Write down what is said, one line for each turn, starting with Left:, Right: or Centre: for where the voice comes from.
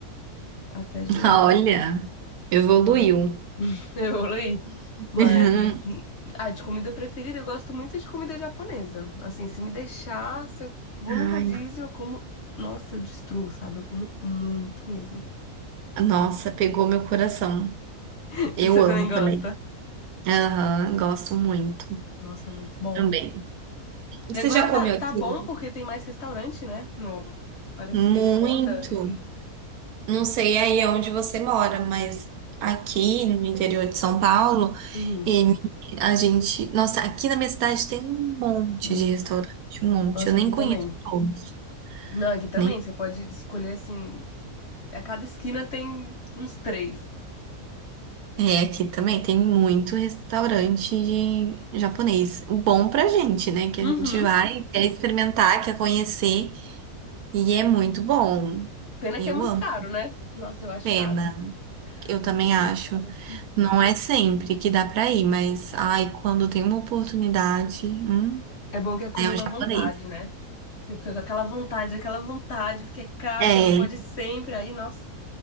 Left: até jiló.
Right: <laughs> Olha, evoluiu.
Left: Mas <laughs> Eu leio, mas
Right: Uhum.
Left: ah, de comida preferida eu gosto muito de comida japonesa. Assim, se me deixar, se eu vou num
Right: Ai,
Left: rodízio, eu como, nossa, eu destruo, sabe? Eu como muito mesmo.
Right: nossa, pegou meu coração.
Left: <laughs>
Right: Eu
Left: Você
Right: amo
Left: também gosta?
Right: também. Aham, gosto muito
Left: Nossa, é muito bom.
Right: também. Você
Left: E agora
Right: já comeu
Left: tá, tá
Right: aqui?
Left: bom porque tem mais restaurante, né? No... Parece
Right: Muito.
Left: que virou moda. e-
Right: Não sei aí onde você mora, mas aqui no interior de São Paulo,
Left: Uhum,
Right: ele- a gente. Nossa, aqui na minha cidade tem um monte
Left: muito.
Right: de restaurante, um monte.
Left: Nossa,
Right: Eu nem
Left: aqui
Right: conheço
Left: também.
Right: todos,
Left: Não, aqui também.
Right: nem.
Left: Você pode escolher assim. A cada esquina tem uns três.
Right: É, aqui também tem muito restaurante de japonês. Bom pra gente, né? Que a
Left: Uhum.
Right: gente vai, quer experimentar, quer conhecer. E é muito bom.
Left: Pena
Right: Eu
Left: que é muito
Right: amo.
Left: caro, né? Nossa, eu acho
Right: Pena.
Left: caro.
Right: Eu também
Left: Acho
Right: acho.
Left: muito caro.
Right: Não é sempre que dá pra ir, mas ai, quando tem uma oportunidade, hum,
Left: É bom que acumula
Right: né, é um japonês.
Left: vontade, né? Você fica com aquela vontade, aquela vontade, porque é caro,
Right: É.
Left: você não pode ir sempre. Aí, nossa,